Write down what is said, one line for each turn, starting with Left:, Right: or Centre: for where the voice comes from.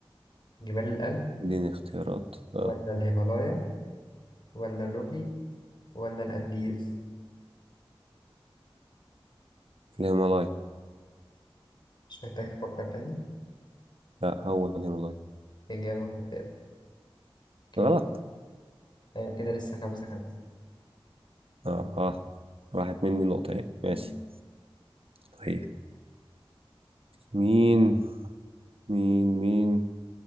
Left: جبال الألب
Right: اديني اختيارات اه
Left: ولا الهيمالايا ولا الروكي ولا الأنديز؟
Right: الهيمالايا
Left: مش محتاج تفكر تاني
Right: لا هو الهيمالايا
Left: إجابة خاطئة كده
Right: غلط
Left: أيوة كده لسه خمسة خمسة
Right: اه اه راحت مني نقطة يعني ماشي
Left: مم.
Right: طيب مين مين مين